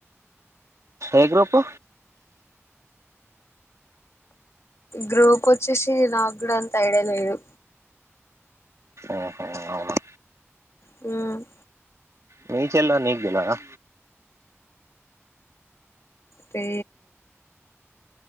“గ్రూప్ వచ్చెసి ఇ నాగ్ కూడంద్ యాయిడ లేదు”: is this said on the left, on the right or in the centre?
Left